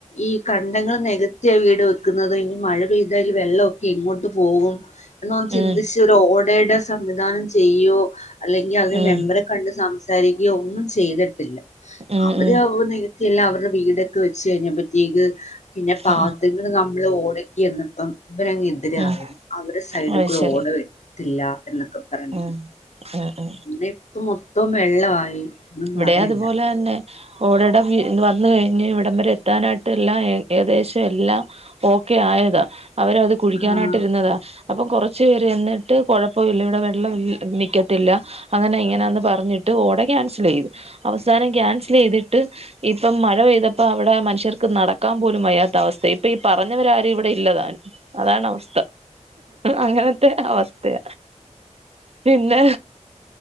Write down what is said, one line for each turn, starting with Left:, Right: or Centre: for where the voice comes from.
Left: ഈ കണ്ടങ്ങൾ നെകത്യ വീട് വെക്കുന്നത് ഇനി മഴ പെയ്താല് വെള്ളോക്കെ എങ്ങോട്ട് പോവും എന്നൊന്ന് ചിന്തിച്ചൊരു
Right: ഉം
Left: ഓടേടെ സംവിധാനം ചെയ്യോ അല്ലെങ്കി അതിന്
Right: ഉം
Left: മെമ്പറെ കണ്ട് സംസാരിക്കുകയോ ഒന്നും ചെയ്തിട്ടില്ല
Right: ഉം
Left: അവര്
Right: ഉം
Left: നികത്തിയെല്ലാം അവരുടെ വീടൊക്കെ വെച്ച് കഴഞ്ഞപ്പത്തേക്ക് പിന്നെ പാവത്തികള്
Right: ഉം
Left: നമ്മള് ഓടക്കിന്നപ്പം ഇവനങ്ങ <unintelligible>
Right: ഉം
Left: അവരെ സൈഡിൽ
Right: അത്
Left: കൂടെ
Right: ശരി
Left: ഓട വെരത്തില എന്നൊക്കെ <unintelligible>
Right: ഉം ഉം ഉം
Left: ഇതേ ഇപ്പമൊത്തം വെള്ളമായി ഒന്നും
Right: ഇവിടെ
Left: പറയണ്ട
Right: അതുപോലെ തന്നെ ഓടേടെ വി ത് വന്ന് കഴിഞ്ഞ് ഇവിടം വരെ എത്താനായിട്ട് എല്ലാംഏ ഏകദേശം എല്ലാം ഓക്കെ ആയതാ അവരത് കുഴിക്കാനായിട്ടിരുന്നതാ
Left: ആഹ്
Right: അപ്പം കുറച്ചു പേര് എന്നിട്ട് കുഴപ്പമില്ല ഇവിടെ വെള്ളം നൽക്കത്തില്ല അങ്ങനെ ഇങ്ങനെന്ന് പറഞ്ഞിട്ട് ഓടെ ക്യാൻസൽ ചെയ്തു അവസാനം ക്യാൻസൽ ചെയ്തിട്ട് ഇപ്പം മഴ പെയ്തപ്പോ അവിടെ മനുഷ്യർക്ക് നടക്കാൻ പോലും വയ്യാത്ത അവസ്ഥ ഇപ്പൊ ഈ പറഞ്ഞവരാരും ഇവിടെ ഇല്ലതാനും അതാണ് അവസ്ഥ അങ്ങനത്തെ അവസ്ഥയ പിന്നെ